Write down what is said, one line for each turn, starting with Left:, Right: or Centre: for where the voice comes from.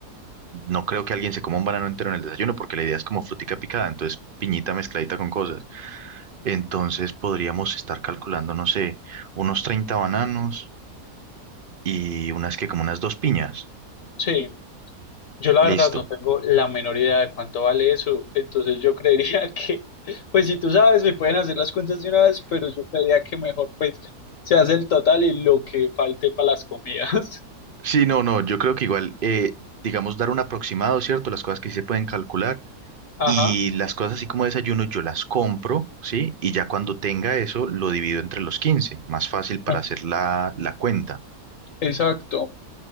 Right: no creo que alguien se coma un banano entero en el desayuno porque la idea es como frutica picada, entonces piñita mezcladita con cosas. Entonces podríamos estar calculando, no sé, unos 30 bananos y unas que como unas dos piñas.
Left: Sí, yo la
Right: Listo.
Left: verdad no tengo la menor idea de cuánto vale eso. Entonces yo creería <laughs> que, pues si tú sabes, me pueden hacer las cuentas de una vez, pero yo creería que mejor pues se hace el total y lo que falte para las comidas.
Right: Sí, no, no, yo creo que igual, eh, digamos, dar un aproximado, ¿cierto? Las cosas que sí se pueden calcular
Left: <laughs>
Right: y
Left: Ajá,
Right: las cosas así como desayuno yo las compro, ¿sí? Y ya cuando tenga eso lo divido entre los 15, más fácil para
Left: ah,
Right: hacer la, la cuenta.
Left: exacto.